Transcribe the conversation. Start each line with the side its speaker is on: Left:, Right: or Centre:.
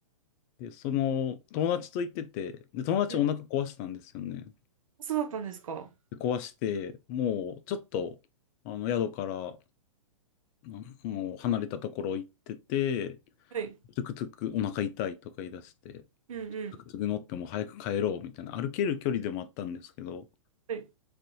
Left: で、その、友達と行ってて、で、友達お腹壊したんですよね。
Right: うん。そうだったんですか
Left: で壊して、もう、ちょっと、あの、宿からまあもう離れたところ行ってて、
Right: はい。
Left: トゥクトゥクお腹痛いとか言い出して、
Right: うんうん。
Left: トゥクトゥク乗ってもう早く帰ろうみたいな、歩ける距離でもあったんですけど、
Right: はい。